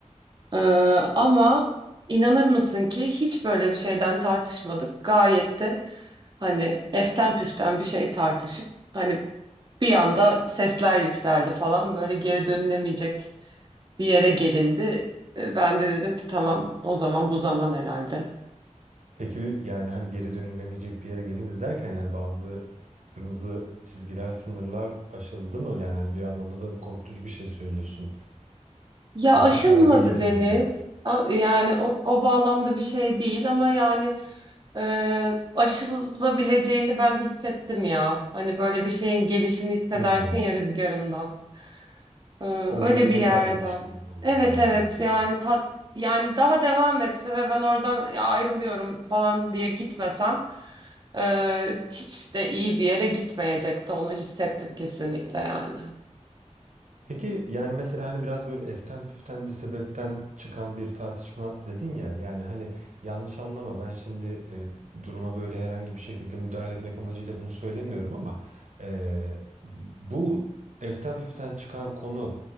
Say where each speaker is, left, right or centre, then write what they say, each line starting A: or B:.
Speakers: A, on the right; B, on the right.
A: Ee, ama inanır mısın ki hiç böyle bir şeyden tartışmadık. Gayet de hani eften püften bir şey tartışıp hani bir anda sesler yükseldi falan böyle geri dönülemeyecek bir yere gelindi. Ee, Ben de dedim ki tamam o zaman bu zaman herhalde.
B: Peki yani hani geri dönülemeyecek bir yere gelindi derken yani bazı kırmızı çizgiler, sınırlar aşıldı mı? Yani hani bir anlamda da korkutucu bir şey söylüyorsun.
A: Ya
B: Yoksa
A: aşılmadı
B: saygıyı yitirmek
A: Deniz.
B: gibi mi?
A: A- Yani o, o bağlamda bir şey değil ama yani e, aşılabileceğini ben hissettim ya. Hani böyle bir şeyin gelişini hissedersin
B: Hmm.
A: ya rüzgarından. Ee,
B: O
A: öyle
B: güvenini
A: bir yerden.
B: kaybetmiş gibi mi oldun
A: Evet
B: yani
A: evet
B: benim?
A: yani ta, yani daha devam etse ve ben oradan "Ya ayrılıyorum falan diye gitmesem e, hiç de iyi bir yere gitmeyecekti onu hissettim kesinlikle yani.
B: Peki yani mesela hani biraz böyle eften püften bir sebepten çıkan bir tartışma dedin ya yani hani yanlış anlama ben şimdi e, duruma böyle herhangi bir şekilde müdahale etmek amacıyla bunu söylemiyorum ama e, bu eften püften çıkan konu